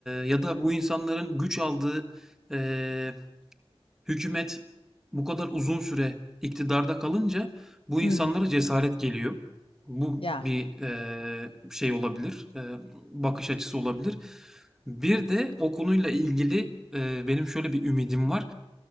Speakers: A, in the centre; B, on the left.
A: ya da bu insanların güç aldığı, e, Hükümet bu kadar uzun süre iktidarda kalınca bu insanlara
B: Hı hı.
A: cesaret geliyor. Bu
B: Ya
A: bir eee, şey olabilir, eee, bakış açısı olabilir. Bir de o konuyla ilgili eee, benim şöyle bir ümidim var.